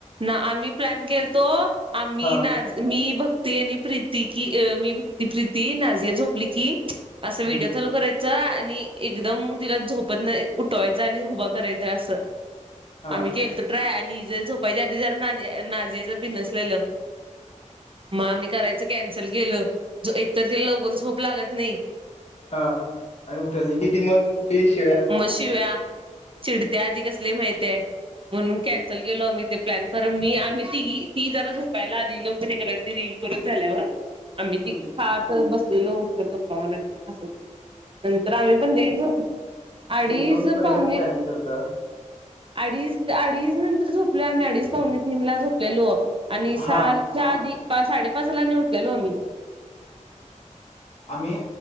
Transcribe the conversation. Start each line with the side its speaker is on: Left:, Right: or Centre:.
Right: ना आम्ही प्लॅन केलतो आम्ही
Left: हा
Right: ना. मी भक्ती आणि प्रीती की अ मी भक्ती प्रीती नाझिया झोपली की असं व्हडिओ
Left: हम्म
Right: लूराय. आणि एकदम तिला झोपत नाही उठवायचं आणि उभा करायच असं.
Left: हा
Right: आम्ही केल तरो ट्राय आणि जर झोपायच्या आधी जर नाझियाच पि नसलेलं. म मही करायचं कॅन्सल केलं एकतर त्याला लवकर झोप लागत नाही
Left: हा आणि उठवली किती मग तुमची शिव्यात
Right: म शि व्या चिडते्या आधी कसली माहितय म्हणून कॅन्सल गेलो आम्ही ते प्लॅन कर मी आम्ही ति ती जरा झोपायला आली लोक ते कराय त रीलल त झाल्यावर आम्ही
Left: हम्म
Right: त खात बसलेलो उत्सर्ग पावना अस नंतर आम्ही पण दडी अडीच
Left: एक दोन पर्यंत
Right: पावणे
Left: प्लॅनिंग केलत
Right: अडीच अडीच नंतर झोपलो आम्ही अडीच पावणे तीन ला झोपलेलो आणि साल
Left: हा
Right: आधी साडेपाचला नि उटलेलो आम्ही
Left: आम्ही